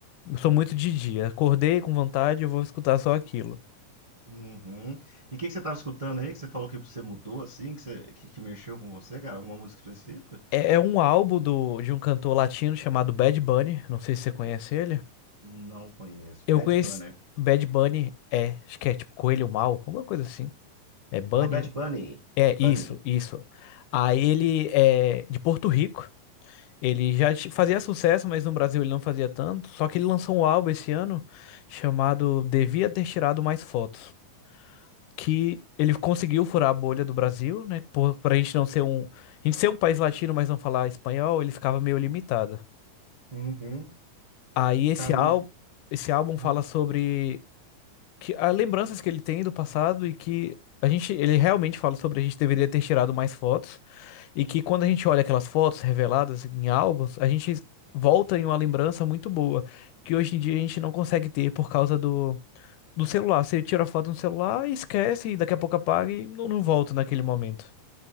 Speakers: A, on the left; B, on the right.
A: eu sou muito de dia. Acordei com vontade, eu vou escutar só aquilo.
B: Uhum. E o que que você estava escutando aí? Que você falou que você mudou assim, que, você- que, que mexeu com você, cara? Alguma música específica?
A: É, é um álbum do, de um cantor latino chamado Bad Bunny. Não sei se você conhece ele.
B: Não conheço.
A: Eu
B: Bad
A: conheço
B: Bunny.
A: Bad Bunny, é, acho que é tipo Coelho Mal, alguma coisa assim. É Bunny,
B: Ah, Bad
A: né?
B: Bunny.
A: É,
B: Bunny.
A: isso, isso. Aí ele é de Porto Rico. Ele já ti- fazia sucesso, mas no Brasil ele não fazia tanto. Só que ele lançou um álbum esse ano chamado Devia Ter Tirado Mais Fotos. Que ele conseguiu furar a bolha do Brasil, né? Por, pra gente não ser um. A gente ser um país latino, mas não falar espanhol, ele ficava meio limitado.
B: Uhum.
A: Aí esse
B: Cara,
A: álbum,
B: eu não.
A: esse álbum fala
B: Hum.
A: sobre que há lembranças que ele tem do passado e que a gente, ele realmente fala sobre a gente deveria ter tirado mais fotos e que quando a gente olha aquelas fotos reveladas em álbuns, a gente volta em uma lembrança muito boa, que hoje em dia a gente não consegue ter por causa do do celular. Você tira a foto no celular e esquece e daqui a pouco apaga e não, não volta naquele momento.